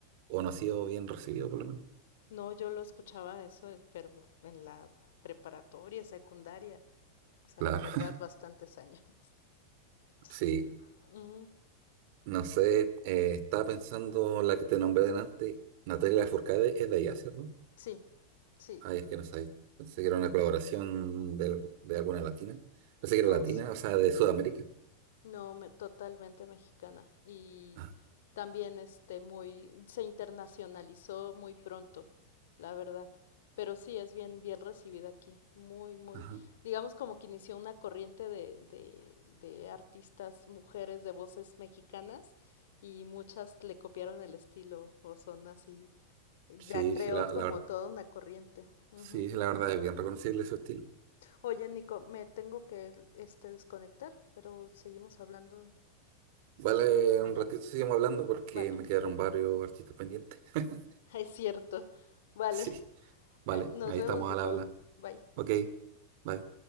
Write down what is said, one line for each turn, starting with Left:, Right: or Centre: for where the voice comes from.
Right: O no ha sido bien recibido por lo menos.
Left: no, yo lo escuchaba eso, pero en la preparatoria, secundaria, o sea,
Right: Claro.
Left: de verdad
Right: <laughs>
Left: bastantes años. <laughs> Sí.
Right: Sí,
Left: Ujú.
Right: no sé, eh, estaba pensando la que te nombré delante, Natalia Lafourcade es de allá, ¿cierto?
Left: Sí, sí,
Right: Ay, es que no sabía. Pensé que era una colaboración de, algu- de alguna latina. Pensé que
Left: no,
Right: era latina,
Left: sí.
Right: o sea, de Sudamérica.
Left: No, me- totalmente mexicana. Y
Right: Ah,
Left: también este muy se internacionalizó muy pronto, la verdad. Pero sí es bien bien recibida aquí, muy muy
Right: ajá.
Left: digamos como que inició una corriente de de de artistas mujeres de voces mexicanas y muchas le copiaron el estilo o son así. Ya
Right: Sí,
Left: creo
Right: sí, la, la
Left: como
Right: verdad.
Left: toda una corriente. Ujú.
Right: Sí, sí, la verdad es bien reconocible su estilo.
Left: Oye, Nico, me tengo que este desconectar, pero seguimos hablando
Right: Vale,
Left: pues mañana.
Right: un ratito seguimos hablando porque
Left: Vale,
Right: me quedaron varios artistas pendientes. <laughs>
Left: <laughs> es cierto. Vale.
Right: Sí, vale,
Left: Ay, nos
Right: ahí
Left: vemos,
Right: estamos
Left: Nico.
Right: al habla.
Left: Bye.
Right: Ok, bye.